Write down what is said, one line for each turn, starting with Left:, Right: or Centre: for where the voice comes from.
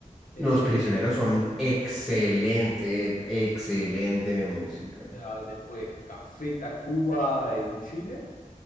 Left: eh,
Centre: Los prisioneros son excelente, excelente música.
Left: ah, después Café Tacuba en Chile.